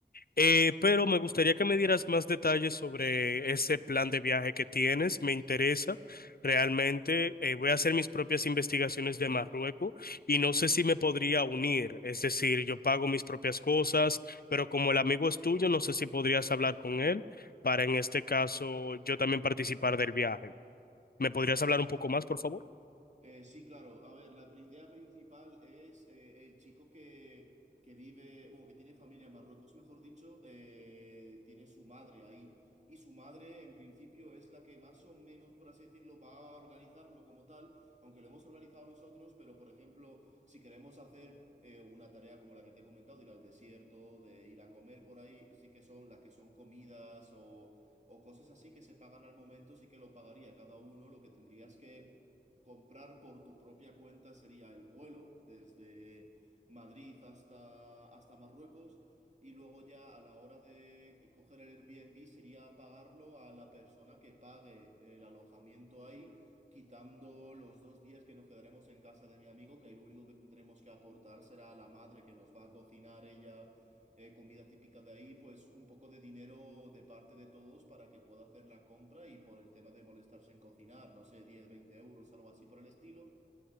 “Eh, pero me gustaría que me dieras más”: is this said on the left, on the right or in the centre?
Left